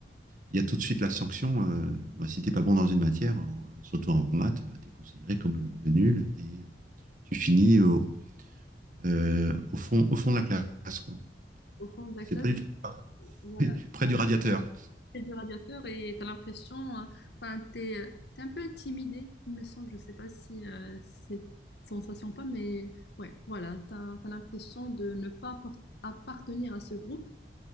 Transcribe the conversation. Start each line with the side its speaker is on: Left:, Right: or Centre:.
Right: il y a tout de suite la sanction. Euh, bah, si t'es pas bon dans une matière, en- surtout en maths, bah, t'es considéré comme le, le nul et tu finis au, euh, au fond, au fond de la classe, quoi.
Left: Au fond de la
Right: C'est
Left: classe,
Right: pas du tout
Left: voilà.
Right: <laughs> près du radiateur.
Left: fais du radiateur et tu as l'impression, euh, enfin, t'es, euh, t'es un peu intimidé, il me semble. Je sais pas si euh, c'est sensation ou pas, mais ouais, voilà, tu as, l'impression de ne pas apport- appartenir à ce groupe.